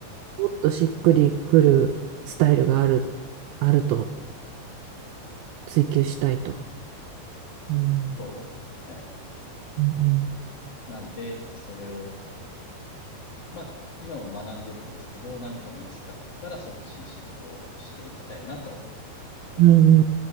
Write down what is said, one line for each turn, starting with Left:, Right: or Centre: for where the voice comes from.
Right: もっとしっくりくるスタイルがある、あると追求したいと。うん。
Left: そうですね。
Right: うん。
Left: なんで、それを、まあ、今も学んでるんですけど、何か見つかったらそっちにシフトをしていきたいなと思って
Right: うんうん